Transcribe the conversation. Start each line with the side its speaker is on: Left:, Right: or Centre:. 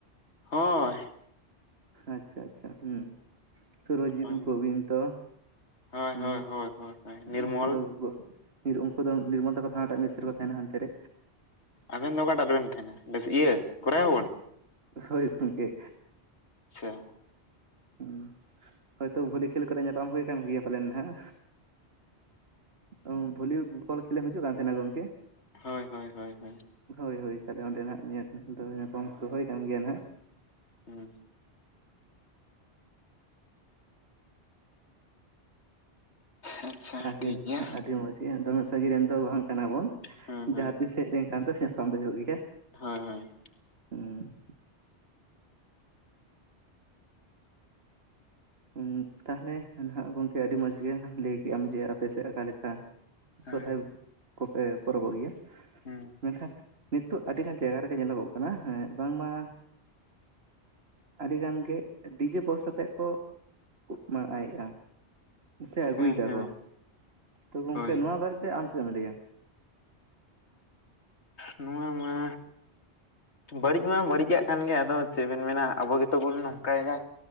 Left: ᱦᱳᱭ
Right: ᱟᱪᱪᱷᱟ ᱟᱪᱪᱷᱟ ᱦᱩᱸ ᱥᱩᱨᱚᱡᱤᱛ
Left: ᱦᱳᱭ
Right: ᱯᱨᱵᱤᱱ ᱛᱚ᱾
Left: ᱦᱳᱭ
Right: ᱦᱩᱸ
Left: ᱦᱳᱭ ᱦᱳᱭ ᱦᱳᱭ ᱱᱤᱨᱢᱚᱞ
Right: ᱩᱱᱠᱩ ᱫᱚ ᱜᱚ-ᱱᱤᱨ ᱩᱱᱠᱩ ᱫᱚ ᱱᱤᱨᱢᱚᱞ ᱛᱟᱠᱚ ᱫᱚ ᱦᱟᱱᱟᱴᱟᱜ ᱢᱮᱥ ᱨᱮᱠᱚ ᱛᱟᱦᱮᱱᱟ ᱦᱟᱱᱛᱮ ᱨᱮ᱾
Left: ᱟᱵᱮᱱ ᱫᱚ ᱚᱠᱟᱴᱟᱜ ᱨᱮᱵᱮᱱ ᱛᱟᱦᱮᱱᱟ ᱵᱮᱥ ᱤᱭᱟᱹ ᱜᱚᱨᱟᱭ ᱦᱚᱸᱵᱚᱱ᱾
Right: ᱦᱳᱭ ᱜᱚᱢᱠᱮ᱾
Left: <unintelligible>
Right: ᱦᱩᱸ᱾ ᱦᱳᱭᱛᱳ ᱵᱷᱚᱞᱤ ᱠᱷᱮᱞ ᱠᱚᱨᱮ ᱧᱟᱯᱟᱢ ᱦᱩᱭ ᱠᱟᱱ ᱜᱮᱭᱟ ᱯᱟᱞᱮᱱ ᱦᱟᱸᱜ᱾ ᱩᱸ ᱵᱷᱚᱞᱤ ᱵᱚᱞ ᱠᱷᱮᱞᱮᱢ ᱦᱤᱡᱩᱜ ᱠᱟᱱ ᱛᱟᱦᱮᱱᱟ ᱜᱚᱝᱠᱮ?
Left: ᱦᱳᱭ ᱦᱳᱭ ᱦᱳᱭ ᱦᱳᱭ᱾
Right: ᱦᱳᱭ ᱦᱳᱭ ᱛᱟᱦᱚᱞᱮ ᱚᱸᱰᱮ ᱱᱟᱦᱟᱜ ᱧᱮᱞ ᱫᱚ ᱧᱟᱯᱟᱢ ᱠᱚ ᱦᱳᱭ ᱠᱟᱱ ᱜᱮᱭᱟ ᱱᱟᱦᱟᱜ᱾
Left: ᱦᱩᱸ᱾
Right: <inaudible>
Left: ᱟᱪᱪᱷᱟ
Right: ᱟᱹᱰᱤ
Left: ᱴᱷᱤᱠ ᱜᱮᱭᱟ
Right: ᱦᱟᱸᱜ ᱟᱹᱰᱤ ᱢᱚᱡᱽ᱾ ᱮᱸᱜ ᱫᱚᱢᱮ ᱥᱟᱺᱜᱤᱧ ᱨᱮᱱ ᱫᱚ ᱵᱷᱟᱝ ᱠᱟᱱᱟ ᱵᱚᱱ,
Left: ᱦᱩᱸ ᱦᱩᱸ
Right: ᱡᱟᱦᱟᱸ ᱛᱤᱥ ᱦᱮᱡ ᱞᱮᱱᱠᱷᱟᱱ ᱯᱮ ᱧᱟᱯᱟᱢ ᱫᱚ ᱦᱩᱭᱩᱜ ᱜᱮᱭᱟ᱾
Left: ᱦᱳᱸᱭ ᱦᱳᱸᱭ᱾
Right: ᱦᱩᱸ᱾ ᱩᱸᱜ ᱛᱟᱦᱚᱞᱮ ᱱᱟᱦᱟᱜ ᱜᱚᱝᱠᱮ ᱟᱹᱰᱤ ᱢᱚᱸᱡᱽ ᱜᱮ ᱞᱟᱹᱭ ᱠᱮᱜ ᱟᱢ, ᱡᱮ ᱟᱯᱮ ᱥᱮᱜ ᱟᱠᱟᱞᱮᱠᱟ?
Left: ᱦᱮᱸ
Right: ᱥᱚᱨᱦᱟᱭ ᱠᱚᱯᱮ ᱯᱚᱨᱚᱵᱚᱜ ᱜᱮᱭᱟ?
Left: ᱦᱮᱸ᱾
Right: ᱢᱮᱱᱠᱷᱟᱱ ᱱᱤᱛᱚᱜ ᱟᱹᱰᱤᱜᱟᱱ ᱡᱟᱭᱜᱟ ᱨᱮᱜᱮ ᱧᱮᱞᱚᱜᱚᱜ ᱠᱟᱱᱟ, ᱦᱮᱸ ᱵᱟᱝᱢᱟ ᱟᱹᱰᱤ ᱜᱟᱱ ᱜᱮ ᱰᱤᱡᱮ ᱵᱚᱠᱥ ᱟᱛᱮᱜ ᱠᱚ <unintelligible> ᱟᱭ ᱮᱼᱟ ᱥᱮ ᱟᱹᱜᱩᱭ
Left: ᱦᱮᱸ
Right: ᱫᱟᱠᱚ
Left: ᱦᱮᱸ
Right: ᱛᱚ ᱜᱚᱝᱠᱮ
Left: ᱦᱳᱭ
Right: ᱱᱚᱣᱟ ᱵᱟᱨᱮ ᱛᱮ ᱟᱢ ᱪᱮᱜ ᱮᱢ ᱞᱟᱹᱭᱟ᱾
Left: ᱱᱚᱣᱟ ᱢᱟ ᱵᱟᱹᱲᱤᱡ ᱢᱟ ᱵᱟᱹᱲᱤᱡᱟᱜ ᱠᱟᱱ ᱜᱮ ᱟᱫᱚ ᱪᱮᱜ ᱵᱮᱱ ᱢᱮᱱᱟ ᱟᱵᱚ ᱜᱮᱛᱚ ᱵᱚᱱ ᱱᱚᱝᱠᱟᱭ ᱫᱟ᱾